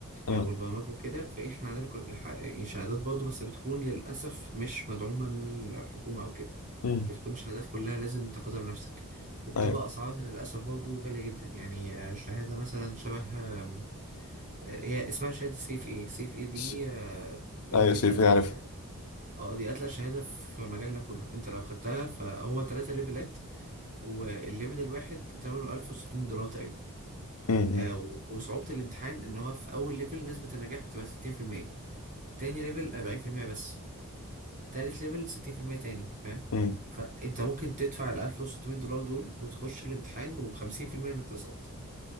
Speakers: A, on the left; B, on the right.
A: امم
B: او البرمجة وكده فاحنا عندنا كل- الح- يعني شهادات برضه بس بتكون للأسف مش مدعومة من الحكومة او كده
A: امم
B: بتكون الشهادات كلها لازم تاخدها بنفسك وبتبقى
A: ايوه
B: أسعارها للأسف برضه غالية جدا يعني آه، شهادة مثلا شبه آم، آه، هي اسمها شهادة سيف ايه سيف ايه دي
A: س-
B: آه، يمكن
A: ايوه سيف
B: أتقل
A: يعرف
B: اه دي اتقل شهادة في مجالنا كله انت لو خدتها فهو تلاتة ليفلات والليفل الواحد تمنه ألف وستمية دولار تقريبا
A: امم
B: آه و- وصعوبة الامتحان ان هو في اول ليفل نسبة النجاح بتبقى ستين في المية تاني ليفل أربعين في المية بس تالت ليفل ستين في المية تاني فاهم
A: امم
B: فانت ممكن تدفع الألف وستمية دولار دول وتخش الامتحان وخمسين في المية انك تسقط